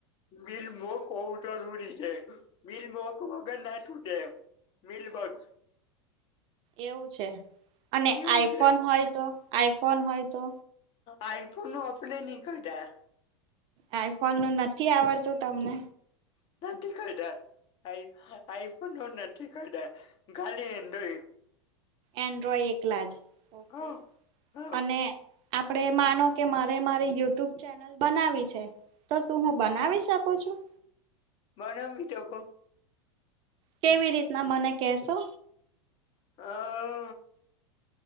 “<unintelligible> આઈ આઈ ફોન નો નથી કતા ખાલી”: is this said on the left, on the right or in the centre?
Left